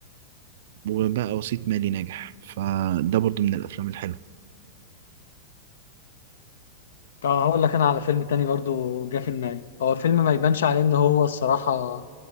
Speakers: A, on the right; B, on the left.
A: وبقى وسيط مالي ناجح فده برضو من الافلام الحلوة
B: طب هقول لك انا على فيلم تاني برضو جه في دماغي هو فيلم ما يبانش عليه ان هو الصراحه